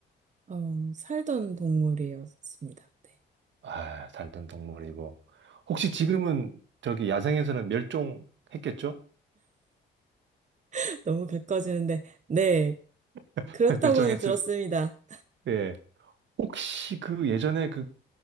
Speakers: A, on the right; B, on the right.
A: 어, 살던 동물이었습니다. 네.
B: 아, 살던 동물이고. 혹시 지금은 저기 야생에서는 멸종했겠죠?
A: <laughs> 너무 가까워지는데, 네.
B: <laughs>
A: 그렇다고는
B: 멸종했을,
A: 들었습니다.
B: 예. 혹시 그 예전에 그